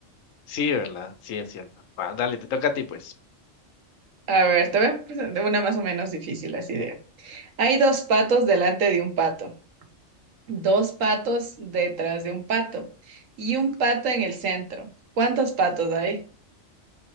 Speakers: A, on the left (about 85°); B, on the right (about 85°).
A: Sí, ¿verdad? Sí, es cierto. Va, dale, te toca a ti, pues.
B: A ver, te voy a presentar una más o menos difícil, así de. Hay dos patos delante de un pato, dos patos detrás de un pato y un pato en el centro. ¿Cuántos patos hay